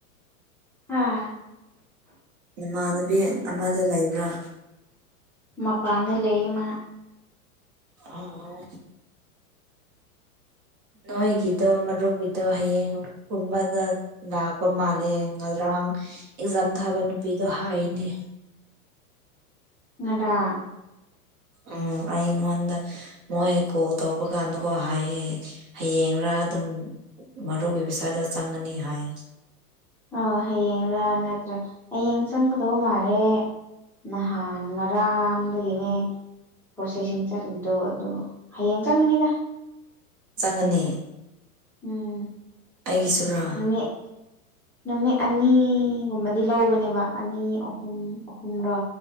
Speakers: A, in the centre; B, on the right.
A: ꯍꯥꯥ
B: ꯏꯃꯥꯟꯅꯕꯤ ꯑꯃꯗ ꯂꯩꯕ꯭ꯔꯥ
A: ꯃ ꯄꯥꯟꯝꯗ ꯂꯩꯃ
B: ꯑꯣ ꯅꯣꯏꯒꯗꯣ ꯃꯔꯒꯗꯣ ꯍꯌꯦꯡ ꯀꯨꯝꯕꯗ ꯂꯥꯛꯄ ꯃꯥꯜꯂꯦ ꯉꯔꯥꯡ ꯑꯦꯛꯖꯥꯝ ꯊꯥꯕ ꯅꯨꯄꯤꯗꯣ ꯍꯥꯏꯅꯦ
A: ꯉꯗꯥ
B: ꯎꯝ ꯑꯩꯩꯉꯣꯟꯗ ꯃꯣꯏ ꯀꯣꯜ ꯇꯧꯕꯀꯥꯟꯗꯀꯣ ꯍꯥꯏꯌꯦ ꯍꯌꯦꯡꯔꯥ ꯑꯗꯨꯝ ꯃꯔꯨꯞꯒꯤ ꯄꯩꯁꯥꯗꯣ ꯆꯪꯉꯅꯤ ꯍꯥꯏ
A: ꯑꯣ ꯍꯌꯦꯡꯔꯥ ꯅꯠꯇ꯭ꯔꯥ ꯍꯌꯦꯡ ꯆꯪꯒꯗꯧ ꯃꯥꯜꯂꯦ ꯅꯍꯥꯟ ꯉꯔꯥꯡꯗꯒꯤꯅꯦ ꯄ꯭ꯔꯣꯁꯦꯁꯁꯤꯡ ꯆꯠꯂꯤꯗꯣ ꯑꯗꯣ ꯍꯌꯦꯡ ꯆꯪꯒꯅꯤꯗ
B: ꯆꯪꯒꯅꯤ
A: ꯎꯝ
B: ꯑꯩꯒꯤꯁꯨꯨꯔꯣ
A: ꯅꯨꯃꯤꯠ ꯅꯨꯃꯤꯠ ꯑꯅꯤꯒꯨꯝꯕꯗꯤ ꯂꯧꯕꯅꯦꯕ ꯑꯅꯤ ꯑꯍꯨꯝ ꯑꯍꯨꯝꯔꯣ